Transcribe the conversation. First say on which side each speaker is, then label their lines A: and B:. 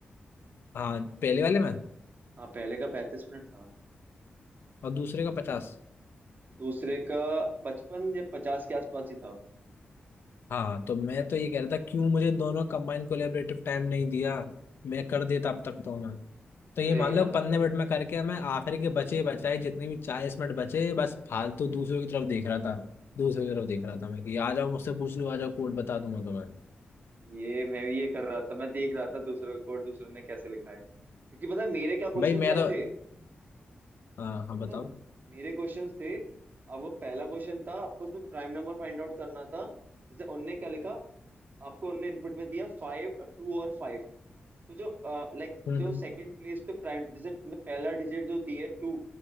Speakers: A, on the left; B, on the right.
A: हाँ पहले वाले में
B: हाँ पहले का पैंतीस मिनट था
A: और दूसरे का पचास
B: दूसरे का पचपन या पचास के आसपास ही था
A: हाँ तो मैं तो ये कह रहा था क्यों मुझे दोनों कंबाइन कोलेबरेटिव टाइम नहीं दिया मैं कर देता अब तक तो मैं तो
B: अरे
A: ये मान
B: यार
A: लो
B: भाई
A: पंद्रह मिनट में करके मैं आखिरी के बचे बचाए जितने भी चालीस मिनट बचे बस फालतू दूसरों की तरफ देख रहा था दूसरों की तरफ देख रहा था मैं कि आ जाओ मुझसे पूछ लो आ जाओ कोड बता दूंगा तुम्हें
B: ये मैं भी ये कर रहा था मैं देख रहा था दूसरे का कोड दूसरों ने कैसे लिखा है क्योंकि पता है मेरे क्या क्वेश्चंस
A: भाई मैं
B: आए
A: तो
B: थे
A: हाँ हाँ
B: पता
A: बताओ
B: है मेरे क्वेश्चंस थे आपको पहला क्वेश्चन था आपको उसमें प्राइम नंबर फाइंड आउट करना था जैसे उनने क्या लिखा आपको उनने इनपुट में दिया फाइव टू और फाइव तो जो लाइक
A: हम्म
B: जो
A: हम्म
B: सेकंड प्लेस पे प्राइम जैसे तुमने पहला डिजिट जो दी है टू